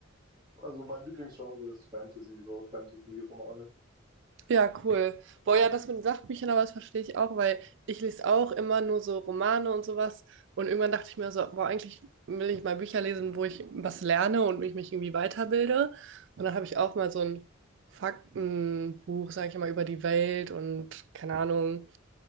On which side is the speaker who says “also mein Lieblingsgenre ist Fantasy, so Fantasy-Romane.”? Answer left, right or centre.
Right